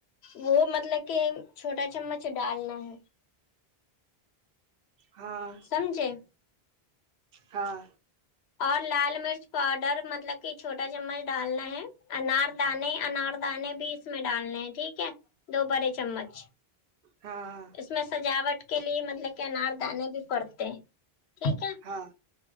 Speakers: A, on the left; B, on the right.
A: وہ مطلب کہ چھوٹا چمچ ڈالنا ہے
B: ہاں
A: سمجھے
B: ہاں
A: اور لال مرچ پاؤڈر مطلب کہ چھوٹا چمچ ڈالنا ہے انار دانے انار دانے بھی اس میں ڈالنے ہیں ٹھیک ہے دو بڑے چمچ
B: ہاں ہاں
A: اس میں سجاوٹ کے لیے مطلب کہ انار دانے بھی پڑتے ہیں ٹھیک ہے
B: ہاں